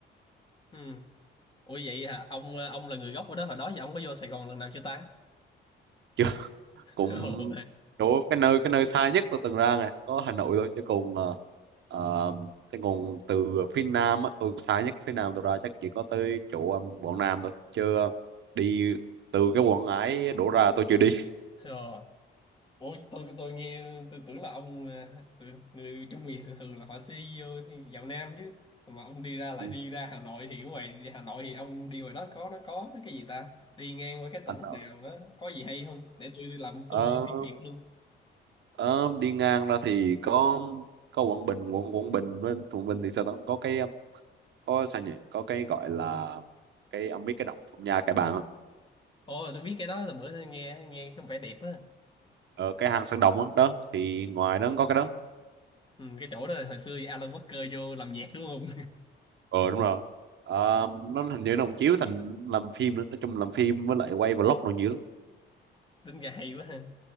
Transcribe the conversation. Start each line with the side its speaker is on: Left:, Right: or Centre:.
Left: Ừ. Ủa vậy hả? Ông ông là người gốc ở đó hồi đó giờ ông có vô Sài Gòn lần nào chưa ta?
Right: chứ <laughs>
Left: <laughs>
Right: cũng
Left: Ồ.
Right: chỗ cái nơi cái nơi xa nhất tôi từng ra này có Hà Nội thôi chứ còn ờ, ờ, chứ còn từ phía Nam á, tôi xa nhất phía Nam tôi ra chắc chỉ có tới chỗ um, Quảng Nam thôi chứ ờ, đi từ cái Quảng Ngãi đổ ra tôi chưa đi
Left: Ờ. Ủa tôi tôi nghe tôi tưởng là ông à, tôi, người Trung Việt thường là họ xí vô vào Nam chứ mà ông đi ra lại
Right: <laughs>
Left: đi ra Hà Nội thì ở ngoài đi Hà Nội thì ông đi ngoài đó có nó có cái gì ta đi ngang qua cái tỉnh
Right: anh nào?
Left: nào đó có gì hay không để tôi đi làm
Right: Ờ,
Left: tour xuyên Việt luôn
Right: ờ, đi ngang ra thì có có Quảng Bình quận Quảng Bình với Quảng Bình thì sao ta có cái um, có sao nhỉ có cái gọi là cái ông biết cái động Phong Nha Kẻ Bàng không
Left: Ồ tôi biết cái đó là bữa tôi nghe nghe có vẻ đẹp á
Right: ờ, cái hang Sơn Đồng đó, đó thì ngoài đó có cái đó
Left: ừ, cái chỗ đó hồi xưa Alan Walker vô làm nhạc đúng không
Right: ờ đúng rồi Ờ, nó hình như nó cũng chiếu thành làm phim nữa nói chung làm phim với lại quay vlog rồi nhiều lắm
Left: <laughs> tính ra hay quá ha